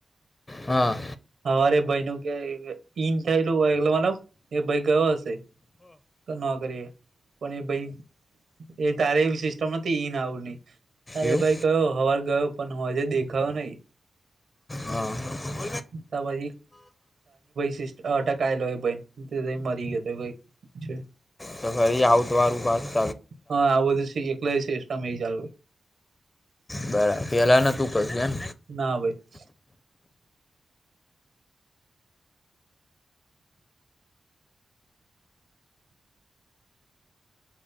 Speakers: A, on the left; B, on the right.
A: હા
B: હરે ભાઈ નું કઈ ઈન થયેલું હોલો મતલબ એ ભાઈ ગયો હશે ના કરીએ પણ એ ભાઈ એ તારે એવી સિસ્ટમ હતી ઈન આવ ની તારે
A: એવું
B: ભાઈ ગયો હવાર ગયો પણ હું આજે દેખાયો નહી
A: હા
B: ત પસી સિસ્ટ અટકાયેલો મરી ગયો તો છે
A: તો ફરી આવઉતવારું બાદ
B: હા આ બધુ છે એકલા છેષ ટ મે ચાલ
A: બરાબ પેલા ન તું કસે એમ
B: ના ભાઈ